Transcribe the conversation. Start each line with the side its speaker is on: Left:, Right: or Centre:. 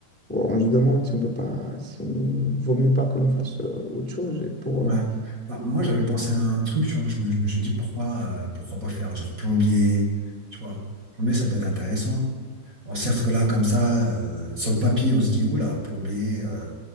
Centre: on se demande si on peut pas, si on vaut mieux pas que l'on fasse euh, autre chose. Et pour,
Right: Ouais.
Centre: euh,
Right: Bah, moi, j'avais pensé à un truc, tu vois. Je me, je me suis dit pourquoi, euh, pourquoi pas faire genre plombier, tu vois. Plombier, ça peut être intéressant. On certes que là, comme ça, euh, sur le papier, on se dit, oula, plombier, euh,